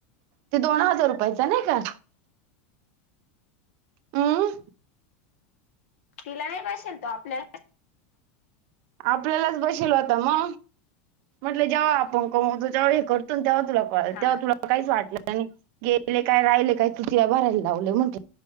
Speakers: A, on the right; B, on the left.
A: ते दोन हजार रुपयाचा नही का. हम्म
B: तिला नाही बशेल तो आपल्या
A: आपल्यालाच बशेल होता, म म्हटलं जेव्हा आपण कमवतो तेव्हा हे करत तेव्हा तुला कळल
B: हा
A: तेव्हा तुला काहीच वाटलं नाही, गेले काय राहिले काय तु तिला भरायला लावले म्हटलं